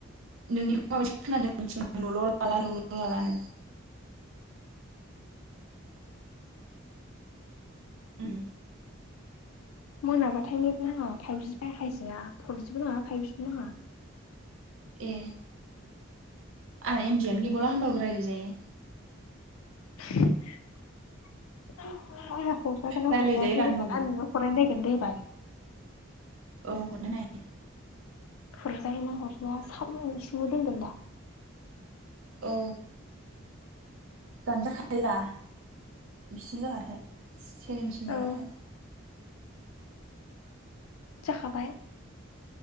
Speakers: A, on the right (about 75°); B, on the left (about 85°).
A: नोंनिखौ माबैसे खोनादोंं ल' ल लाला ल'ल' लालानो। उम
B: मोनाबाथाय नेट नाङा फाइभजि बाहायजाया फरजिबो नाङा फाइभजिबो नाङा।
A: ए आंहा इमबियानो गैबावला होनबाबो रायलायजायो
B: <inaudible> <unintelligible>
A: रायलायजायो रा होनबाबो
B: <unintelligible>
A: औ हरना नाय
B: हरजायो मा हरजाया <unintelligible> दोनगोन दा
A: औ दानजाखायोरा बिसे जाबाथाय सेबेन्टिन जाबाथाय
B: औ जाखाबाय